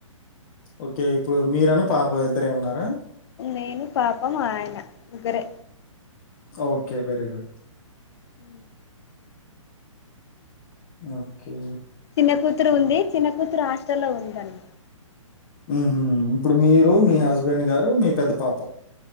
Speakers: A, on the left; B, on the left.
A: ఓకే ఇప్పుడు మీరను పాప ఇద్దరే ఉన్నారా?
B: నేను పాపం ఆయన ముగ్గురే
A: okay very good
B: uh
A: okay
B: చిన్న కూతురు ఉంది చిన్న కూతురు హాస్టల్లో ఉందండి
A: ఉహు ఇప్పుడు మీరు మీ హస్బెండ్ గారు మీ పెద్ద పాప